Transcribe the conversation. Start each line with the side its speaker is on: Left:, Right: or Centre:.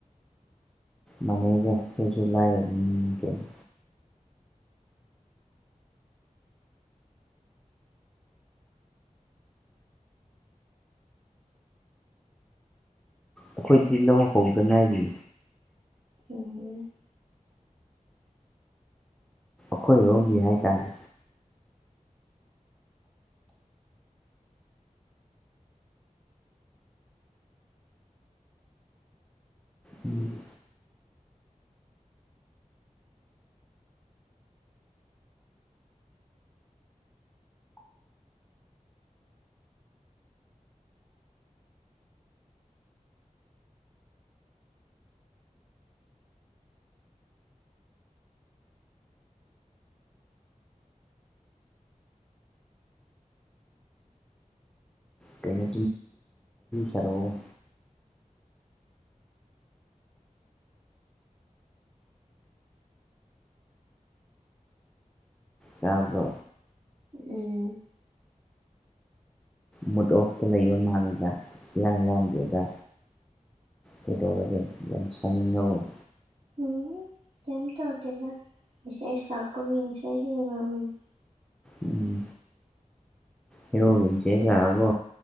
Centre: ꯃꯥꯟꯅꯩꯗ ꯑꯩꯈꯣꯢꯁꯨ ꯂꯥꯏꯔꯕ ꯃꯤꯅꯤ ꯀꯩꯅꯣ ꯑꯩꯈꯣꯏꯗꯤ ꯂꯧ ꯍꯧꯗ ꯉꯥꯏꯔꯤ
Right: ꯎꯝ
Centre: ꯑꯩꯈꯣꯏꯔꯣꯝꯒꯤ ꯍꯥꯏꯇꯥꯔꯦ ꯎꯝ ꯀꯩꯅ ꯁꯔꯣ ꯀꯗꯣ
Right: ꯎꯝ
Centre: ꯃꯨꯠ ꯑꯣꯐꯇ ꯂꯩꯕ ꯃꯥꯂꯨꯗ ꯏꯔꯥꯡ ꯂꯥꯡꯗꯦꯗ ꯀꯗꯧ ꯑꯗꯨ ꯌꯥꯝ ꯁꯣꯡꯍ ꯅꯕꯨꯝ
Right: ꯎꯝ ꯀꯩꯝ ꯇꯧꯗꯦꯗ ꯃꯦꯁꯦꯖ ꯂꯥꯛꯄꯒꯤ ꯃꯦꯁꯦꯖ ꯌꯦꯡꯉꯝꯃꯤꯅꯤ
Centre: ꯎꯝ ꯍꯉꯒꯤꯁꯤꯦꯂ ꯑꯕꯣ